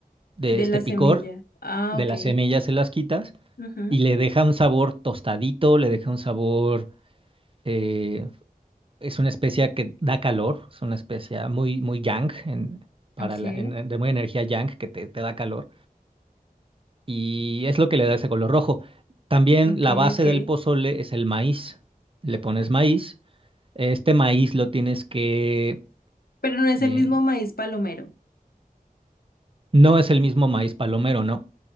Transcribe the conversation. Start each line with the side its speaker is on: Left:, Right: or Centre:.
Right: de
Left: De
Right: este
Left: la semilla.
Right: picor,
Left: Ah,
Right: de
Left: ok.
Right: las semillas se las quitas
Left: ujú,
Right: y le deja un sabor tostadito, le deja un sabor, eh, es una especia que da calor, es una especia muy, muy yang, en- para
Left: Ok,
Right: la- en- de muy energía yang que te, te da calor y es lo que le da ese color rojo. También
Left: ok,
Right: la base
Left: ok.
Right: del pozole es el maíz. Le pones maíz Este maíz lo tienes que...
Left: Pero no es
Right: eh,
Left: el mismo maíz palomero.
Right: no es el mismo maíz palomero, ¿no?